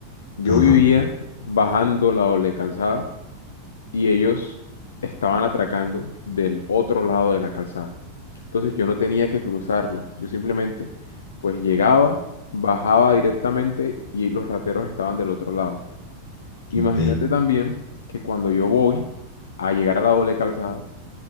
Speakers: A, on the left; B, on the left.
A: Yo
B: Ajá.
A: vivía bajando la doble calzada y ellos estaban atracando del otro lado de la calzada. Entonces yo no tenía que cruzarla. Yo simplemente, pues llegaba, bajaba directamente
B: Ajá.
A: y los rateros estaban del otro lado. Imagínate
B: Ve,
A: también que cuando yo voy a llegar a la doble calzada,